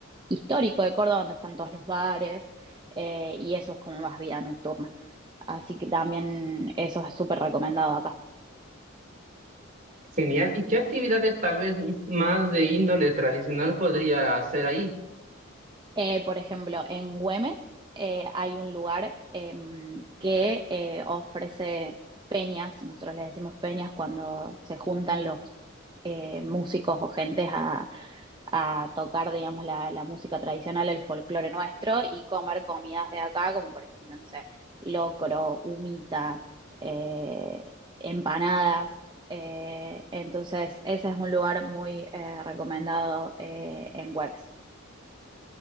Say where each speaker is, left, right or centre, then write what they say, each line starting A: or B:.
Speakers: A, on the right (about 25°); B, on the right (about 40°).
A: histórico de Córdoba, donde están todos los bares, eh, y eso es como más vida nocturna. Así que también eso es súper recomendado acá.
B: Genial. ¿Y qué actividades tal vez más de índole tradicional podría hacer ahí?
A: Eh, por ejemplo, en Güemes eh, hay un lugar em, que eh, ofrece peñas, nosotros le decimos peñas cuando se juntan los eh, músicos o gentes a a tocar, digamos, la, la música tradicional, el folclore nuestro y comer comidas de acá, como por ejemplo, no sé, locro, humita, eh, empanadas. Eh, entonces, ese es un lugar muy eh, recomendado eh, en Güemes.